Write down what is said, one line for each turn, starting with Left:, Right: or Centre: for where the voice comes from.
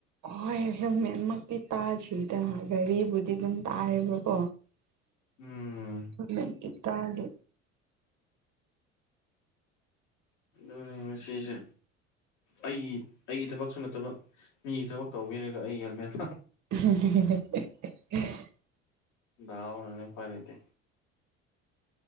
Right: ꯍꯣꯏ ꯍꯦꯜꯃꯦꯠꯃꯛꯇꯤ ꯇꯥꯗ꯭ꯔꯤꯗꯅ ꯒꯥꯔꯤꯕꯨꯗꯤ ꯑꯗꯨꯝ ꯇꯥꯔꯦꯕꯀꯣ
Left: ꯎꯝ
Right: ꯃꯦ ꯏ ꯇꯒꯗꯤ
Left: ꯑꯗꯅ ꯁꯤꯦꯁꯦ ꯑꯩꯒꯤ ꯑꯩꯒꯤ ꯊꯕꯛꯁꯨ ꯅꯠꯇꯕ ꯃꯤꯒꯤ ꯊꯕꯛ ꯇꯧꯕꯤꯔꯒ ꯑꯩ ꯍꯦꯜꯃꯦꯠ
Right: ꯎ
Left: ꯅꯅꯦ ꯄꯥꯏ ꯂꯩꯇ